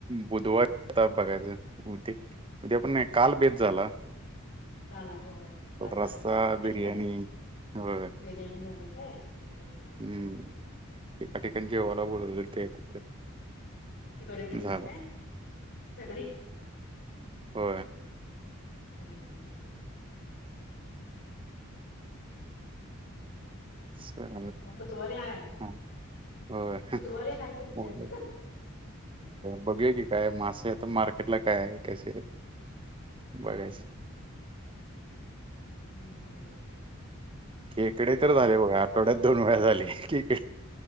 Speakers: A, on the right (about 25°); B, on the left (about 55°).
A: बुधवारी येत बघायचं उद्या उद्या पण नाही काल बेेत झाला
B: झाला हो काल झाला
A: रस्सा
B: काय
A: बिर्याणी होय
B: ब जण न का हम हम
A: हम्म
B: हम हम्
A: एका ठिकाणी जेव्हाला बोलले ते तिथं
B: तिकडे गेलता
A: झालं
B: काय सगळी
A: हो
B: हम् हम हम हम
A: चालत
B: मग बुधवारे आय
A: हा, होय
B: बुधवारीे हाय तुमच्यात
A: बोलू. बघूया की काय मासे आता मार्केटला काय आहे कसे आहेत
B: हो
A: बघायचं
B: हम्म
A: ककडे तर झाले बघा आठवड्यात दोन वेळा झाले ककडे